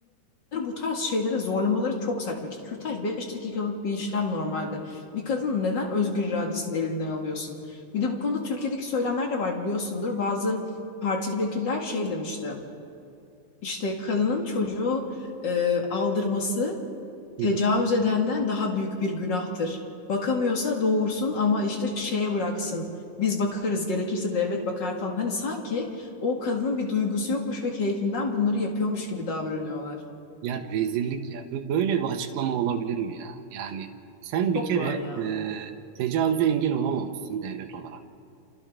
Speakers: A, on the left; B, on the right.
A: bu tarz şeylere zorlamaları çok saçma ki kürtaj 5 dakikalık bir işlem normalde. Bir kadının neden özgür iradesini elinden alıyorsun? Bir de bu konuda Türkiye'deki söylemler de var biliyorsundur. Bazı partili vekiller şey demişti. İşte kadının çocuğu e, aldırması tecavüz
B: hı hı.
A: edenden daha büyük bir günahtır. Bakamıyorsa doğursun ama işte şeye bıraksın. Biz bakarız gerekirse devlet bakar falan. Hani sanki o kadının bir duygusu yokmuş ve keyfinden bunları yapıyormuş gibi davranıyorlar.
B: Ya rezillik ya. Bu- Böyle bir açıklama olabilir mi ya? Yani sen
A: Çok
B: bir kere
A: var ya.
B: e, tecavüze engel olamamışsın devlet olarak.